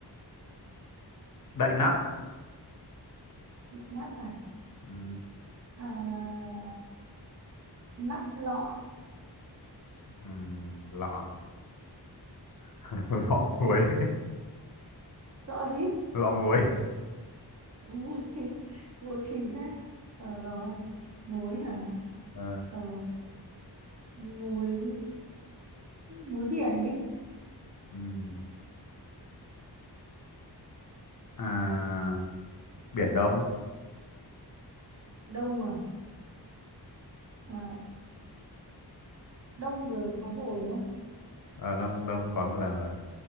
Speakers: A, on the left; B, on the right.
A: đậy nắp
B: Động nắp à,
A: Ừm,
B: à nắp lọ
A: ừm, lọ <laughs> lọ muối <laughs>
B: lọ gì
A: lọ muối
B: mùi <laughs> vô trì thế Ờ, rồi muối hả
A: Ờ,
B: Ờ, muối muối biển đi
A: ừm. à, biển đông
B: đông à Ờ, đông vừa mới có rồi đúng không
A: Ờ, đông đông có một lần rồi